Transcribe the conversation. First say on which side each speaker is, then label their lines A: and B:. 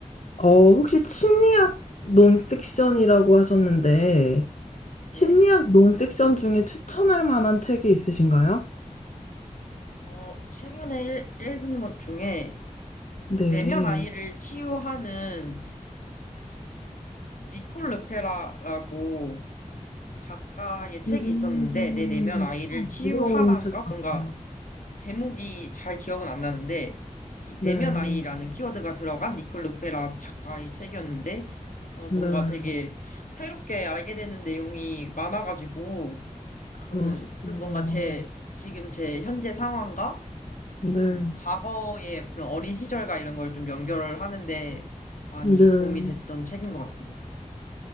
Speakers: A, on the left; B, on the left.
A: 어, 혹시 심리학 논픽션이라고 하셨는데,
B: 네.
A: 심리학 논픽션 중에 추천할 만한 책이 있으신가요?
B: 어, 최근에 읽, 읽은 것 중에 무슨
A: 네.
B: 내면 아이를 치유하는 어, 니콜 르페라라고 작가의 책이
A: 음,
B: 있었는데 내 내면 아이를
A: 참
B: 치유하란가
A: 어려운 책
B: 뭔가
A: 같아요.
B: 제목이 잘 기억은 안 나는데 이
A: 네,
B: 내면 아이라는 키워드가 들어간 니콜 루페라 작가의 책이었는데 어 뭔가
A: 네,
B: 되게 새롭게 알게 되는 내용이 많아가지고
A: 그러시군요.
B: 저는 그리고 뭔가 제 지금 제 현재 상황과
A: 네,
B: 그 과거의 그런 어린 시절과 이런 걸 좀 연결을 하는데 많이
A: 네.
B: 도움이 됐던 책인 것 같습니다.